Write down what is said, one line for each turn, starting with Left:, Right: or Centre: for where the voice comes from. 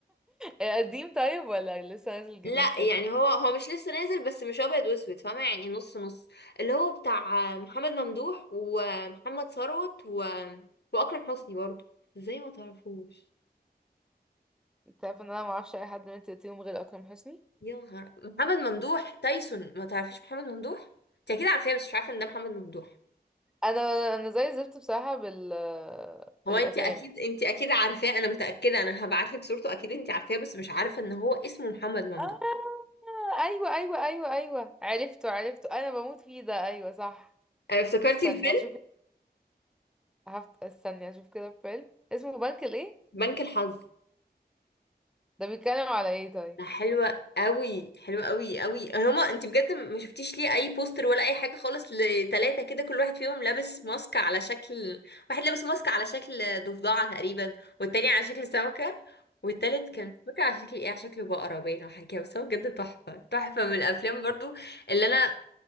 Centre: إيه، قديم طيب ولا لسه نازل جديد
Left: لا
Centre: كده
Left: يعني هو هو مش لسه نازل بس مش ابيض واسود فاهمه يعني نص نص اللي هو بتاع محمد ممدوح ومحمد ثروت و... واكرم حسني برضو ازاي ما تعرفوش
Centre: انت عارف ان انا ما اعرفش اي حد من تلاتيهم غير اكرم حسني
Left: يا نهار محمد ممدوح تايسون ما تعرفيش محمد ممدوح انت اكيد عارفاه بس مش عارفه ان ده محمد ممدوح
Centre: انا انا زي زفت بصراحه بال
Left: هو
Centre: في الاسامي
Left: انت اكيد انت اكيد عارفاه انا متاكده انا هبعت لك صورته اكيد انت عارفاه بس مش عارفه ان هو اسمه محمد ممدوح
Centre: آه ايوه ايوه ايوه ايوه عرفته عرفته انا بموت فيه ده ايوه صح
Left: أه، افتكرتي
Centre: استني
Left: الفيلم
Centre: هشوف هفت... استني هشوف كده فيلم اسمه بنك الايه
Left: بنك الحظ
Centre: ده بيتكلم على ايه طيب
Left: ده حلوة قوي حلوة قوي قوي هما انت بجد ما شفتيش ليه اي بوستر ولا اي حاجة خالص لتلاتة كده كل واحد فيهم لابس ماسك على شكل واحد لابس ماسك على شكل ضفدعة تقريبا والتاني على شكل سمكة والتالت كان مش فاكرة على شكل ايه على شكل بقرة باين او حاجة كده، بس هو بجد تحفة تحفة من الافلام برضو اللي انا